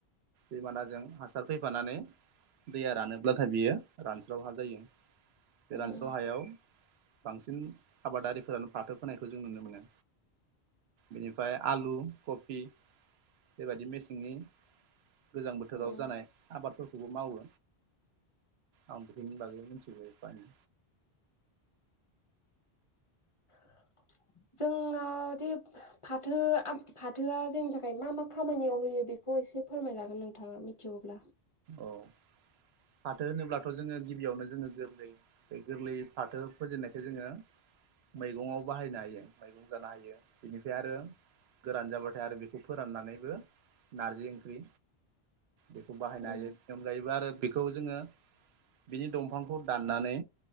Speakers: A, on the right (about 75°); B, on the left (about 35°).
A: दैमानाजों हासार फैफानानै। दैया रानोब्लाथाय बियो रानस्राव हा जायो बे
B: उम
A: रानस्राव हायाव। बांसिन आबादारिफोरानो फाथो होनोनायखौ जों नुनो मोनो। बेनिफ्राय आलु कफि। बेबायदि मेसेंनि गोजां बोथोराव
B: उम
A: जानाय आबादफोरखौ। बेखौबो मावो आं बेफोरनि बागै मिथिग फनो।
B: <inaudible> जोंनावदि फाथो फाथोआ जोंनि थाखाय मा मा खामानियाव होयो बेखौ एसे। से फोरमाय लागोन नोंथाङा मिथिगौब्ला।
A: औ फाथो होनोब्लाथ' जोङो गिबियावनो जोङो गोरलै बे गोरलै फाथो फोजेननायख जोङो। मैगंआव बाहायनो हायो मैगं जानो हायो बेनिफ्राय आरो। गोरान जाबाथाय आरो बेखौ फोराननानैबो नारजि ओंख्रि बेखौ। अनगायोैबो
B: उम
A: आरो बेखौ जोङो बिनि दंफांखौ दाननानै।